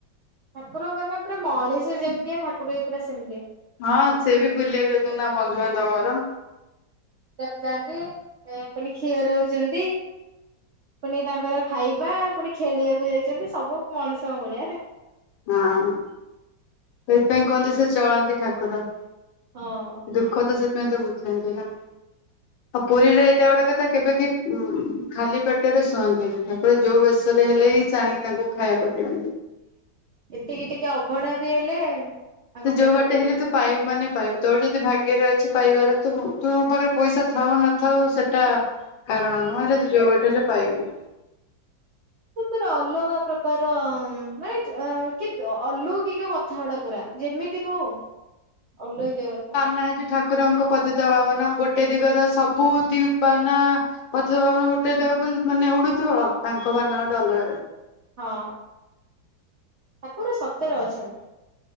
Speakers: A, on the right; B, on the left.
A: ଠାକୁର ମାନେ ପୁରା ମଣିଷ ଯେମିତିଆ, ଠାକୁର ବି ପୁରା ସେମିତିଆ।
B: ହଁ, ସେ ବି ବୁଲିବାକୁ ଯାଉଚନ୍ତି, ତାଙ୍କ ବନ୍ଧୁବାନ୍ଧବ ଘର।
A: <unintelligible> ଯାନ୍ତି ପୁଣି କ୍ଷିଅର ହଉଛନ୍ତି। ମାନେ ତାଙ୍କର ଖାଇବା ପୁଣି ଖେଳିବାକୁ ଯାଇଛନ୍ତି ସବୁ ମଣିଷଙ୍କ ଭଳିଆ।
B: ହଁ। ସେଇଥିପାଇଁ କୁହନ୍ତି ସେ ଚଳନ୍ତି ଠାକୁର।
A: ହଁ।
B: ଦୁଃଖ ତ ସେଥିପାଇଁ ତ ବୁଝନ୍ତି ନା। ଆଉ ପୁରୀରେ ଏଇଟା ଗୋଟେ କଥା କେବେ କିିଏ ଉ ଖାଲି ପେଟରେ ଶୁଅନ୍ତିନି, ଠାକୁର ଯୋଉ ବେଶରେ ହେଲେ ବି ସେ ଆଣିକି ତାଙ୍କୁ ଖାଇବାକୁ ଦିଅ
A: ଏତିକି ଟିକେ ଅବଢା ବି ହେଲେ ତାଙ୍କ
B: ସେ ଯୋଉ
A: ପେଟ
B: ବାଟେ
A: ପୁରି
B: ହେଲେ ତ ପାଇବୁ ମାନେ ପାଇବୁ। ତୋର ଯଦି ଭାଗ୍ୟରେ ଅଛି ପାଇବାର ତ ତୋ ପାଖରେ ପଇସା ଥାଉ ନଥାଉ ସେ ଟା କାରଣ ନୁହଁ। ହେଲେ ତୁ ଯଉ ବାଟରେ ହେଲେ ପାଇବୁ।
A: ପୁରା ଅଲଗା ପ୍ରକାର ମାନେ ଯେ କି ଅଲୋକିକ କଥା ଗୁଡ଼ା ପୁରା। ଯେମିତି ବି ହଉ ଅଲୋକିକ କଥା ଗୁରା।
B: ନାଇଁ ଯେ ଠା କୁରଙ୍କ ପତିତ ପାବନ ଗୋଟେ ଦିଗର ସବୁ ଦି ବାନା ପତିତ ପାବନ ଗୋଟେ <unintelligible> ବୋଲି ମାନେ ଉଡୁଥିବ, ତାଙ୍କ ବାନା ଗୋଟେ ଅଲଗା
A: ହଁ। ଠାକୁର ସତରେ ଅଛନ୍ତି।